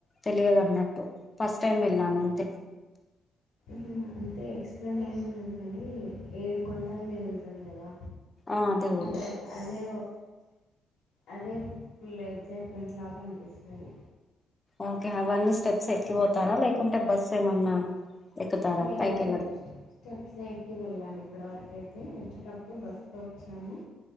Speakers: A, on the left (about 20°); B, on the left (about 80°).
A: తెలియదు అన్నట్టు ఫస్ట్ టైం వెళ్ళాను అంతే
B: మ్ అంటే ఎక్స్ప్లెయిన్ ఎం లేదు కానీ ఏడుకొండల మీద ఉంటాడు కదా
A: ఆ దేవుడు
B: అదే అదే అదే ఫుల్ ఎగ్జైట్మెంట్ లాగా అనిపిస్తది
A: ఓకే అవన్నీ స్టెప్స్ ఎక్కిపోతారా లేకుంటే బస్ ఏమన్నా ఎక్కుతారా
B: లేదు
A: పైకి
B: మేడం
A: వెళ్ళడం
B: స్టెప్స్ ఎకి వెళ్ళా ఇప్పటి వరకుయి వచ్చేటప్పుడు బస్ లో వచ్చాము